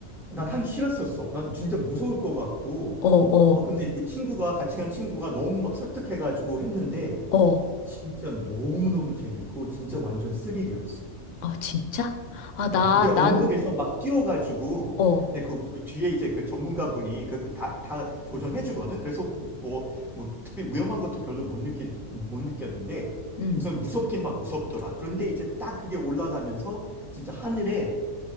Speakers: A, in the centre; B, on the left.
A: 난 하기 싫었었어. 난 진짜 무서울 것 같고.
B: 어.
A: 어, 근데 내 친구가, 같이 간 친구가 너무 막 설득해가지고 했는데,
B: 어. 어.
A: 진짜 너무너무 재밌고, 진짜 완전 스릴이었어.
B: 아, 진짜? 아, 나,
A: 어, 그게 언덕에서
B: 난,
A: 막 뛰어가지고,
B: 어,
A: 근데 그, 그 뒤에 이제 그 전문가분이 그, 그 다, 다 조정해주거든. 그래서 뭐, 뭐, 특별히 위험한 것도 별로 못 느낀, 못 느꼈는데,
B: 음.
A: 우선 무섭긴 막 무섭더라. 그런데 이제 딱 그게 올라가면서, 진짜 하늘에